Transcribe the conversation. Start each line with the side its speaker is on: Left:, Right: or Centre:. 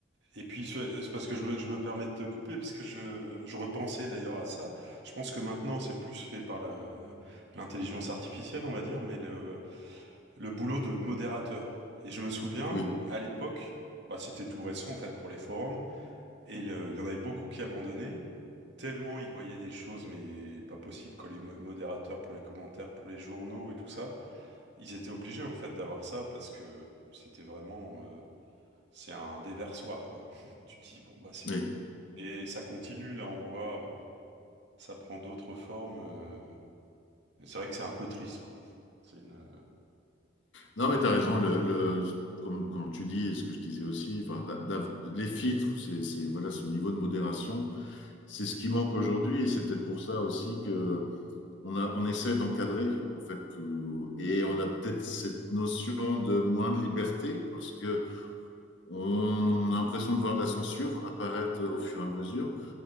Right: Et puis, c'est c'est parce que je me, je me permets de te couper, parce que je, je repensais d'ailleurs à ça. Je pense que maintenant, c'est plus fait par la- l'intelligence artificielle, on va dire, mais le, le boulot de modérateur. Et je me souviens,
Left: oui,
Right: à l'époque, bah, c'était tout récent en fait pour les forums, et le- il y en avait beaucoup qui abandonnaient, tellement ils voyaient des choses, mais pas possible, quand les mo- modérateurs pour les commentaires, pour les journaux et tout ça, ils étaient obligés en fait d'avoir ça, parce que c'était vraiment... euh, c'est un déversoir, quoi. <laughs> Tu dis, bon, bah, c'est fou.
Left: oui.
Right: Et ça continue, là, on voit, euh, ça prend d'autres formes. euh, et c'est vrai que c'est un peu triste, quoi. C'est une...
Left: Non, mais tu as raison. Le, le- comme, comme tu dis, et ce que je disais aussi, enfin, d'a- d'av- les filtres, c'est, c'est- voilà, ce niveau de modération, c'est ce qui manque aujourd'hui. Et c'est peut-être pour ça aussi que on a, on essaie d'encadrer, en fait. tout. et on a peut-être cette notion de moins de liberté parce que on, on a l'impression de voir de la censure apparaître au fur et à mesure.